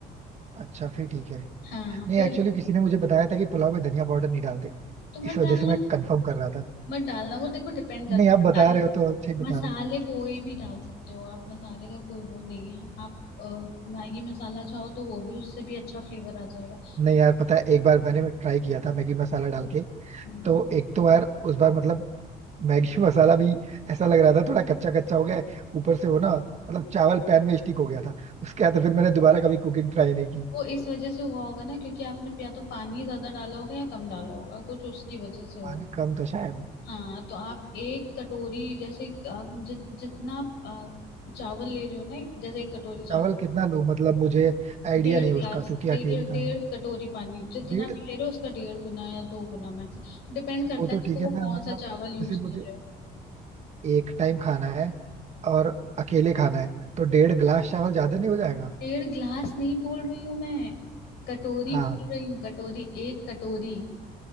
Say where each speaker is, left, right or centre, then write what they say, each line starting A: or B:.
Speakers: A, on the right (about 40°); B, on the left (about 75°).
A: अच्छा फिर ठीक है
B: हाँ
A: नहीं
B: फिर
A: एक्चुअली किसी ने मुझे बताया था कि पुलाव में धनिया पाउडर नहीं डालते
B: तो मत
A: इस वजह
B: डालना
A: से मैं कंफर्म कर रहा था
B: मत डालना वो देखो डिपेंड करता
A: नहीं आप बता
B: है
A: रहे हो तो अच्छा ही बता
B: मसाले
A: रहे हो
B: कोई भी डाल सकते हो आप मसाले का कोई वो नहीं है आप अ, मैगी मसाला चाहो तो वो भी उससे भी अच्छा फ्लेवर आ जाएगा
A: नहीं यार पता है एक बार मैंने ट्राई किया था मैगी मसाला डाल के
B: हम्म,
A: तो एक तो यार उस बार मतलब मैगी <laughs> मसाला भी ऐसा लग रहा था थोड़ा कच्चा कच्चा हो गया है ऊपर से वो ना मतलब चावल पैन में स्टिक हो गया था उसके बाद तो फिर मैंने दोबारा कभी कुकिंग ट्राई नहीं की
B: वो इस वजह से हुआ होगा ना क्योंकि आपने या तो पानी ज्यादा डाला होगा या कम डाला होगा कुछ उसकी वजह से हो
A: पानी कम था शायद
B: हाँ तो आप एक कटोरी जैसे आप जित जितना आप, अ, चावल ले रहे हो ना एक जैसे एक कटोरी चावल
A: चावल कितना लूं मतलब मुझे आइडिया
B: डेढ़
A: नहीं
B: ग्लास
A: उसका क्योंकि
B: डेढ़
A: अकेले खाना
B: डेढ़
A: है
B: कटोरी पानी जितना
A: डेढ़
B: भी ले रहे हो उसका डेढ़ गुना या दो गुना मैक्स डिपेंड करता
A: वो
B: है
A: तो
B: देखो
A: ठीक है
B: वो
A: मैं
B: कौन
A: मतलब
B: सा चावल यूज
A: जैसे
B: कर
A: मुझे
B: रहे हो
A: एक टाइम खाना है और अकेले खाना है तो डेढ़ ग्लास चावल ज्यादा नहीं हो जाएगा
B: डेढ़ ग्लास नहीं बोल रही हूँ मैं कटोरी
A: हाँ
B: बोल रही हूँ कटोरी एक कटोरी